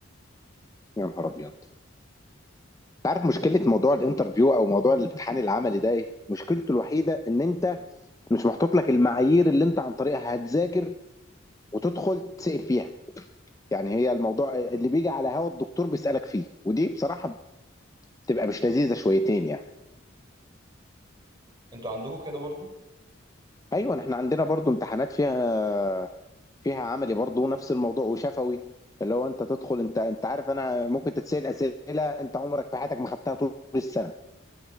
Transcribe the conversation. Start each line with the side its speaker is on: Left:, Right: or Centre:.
Left: يا نهار ابيض انت عارف مشكله موضوع الانترفيو او موضوع الامتحان العملي ده ايه مشكلته الوحيده ان انت مش محطوط لك المعايير اللي انت عن طريقها هتذاكر وتدخل تسأل فيها يعني هي الموضوع اللي بيجي على هوا الدكتور بيسألك فيه ودي بصراحة بتبقى مش لذيذة شويتين يعني
Right: أنتوا عندكم كده برضو؟
Left: ايوه احنا عندنا برضو امتحانات فيها فيها عملي برضو نفس الموضوع وشفوي اللي هو انت تدخل انت انت عارف انا ممكن تتسأل اسئله انت عمرك في حياتك ما خدتها طول السنه